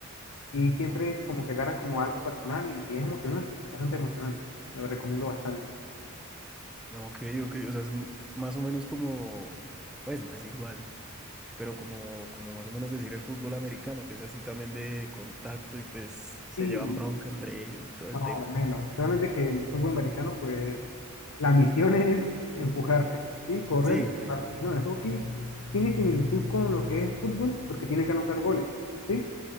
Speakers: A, on the left; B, in the centre.
A: Y siempre
B: Ok,
A: como que agarran como algo personal y, y es emocionante, es bastante emocionante. Lo recomiendo bastante.
B: ok, ok, o sea, es m- más o menos como, pues no es igual, pero como, como más o menos decir el fútbol americano, que es así también de contacto y pues se
A: Sí,
B: llevan bronca entre ellos y todo el
A: más
B: tema.
A: o menos. Solamente que en fútbol americano, pues, la misión <laughs> es empujarse, ¿sí? Correr
B: Sí,
A: y empujarse. No, el hockey tiene similitud con lo que es fútbol porque tienen que anotar goles, ¿sí?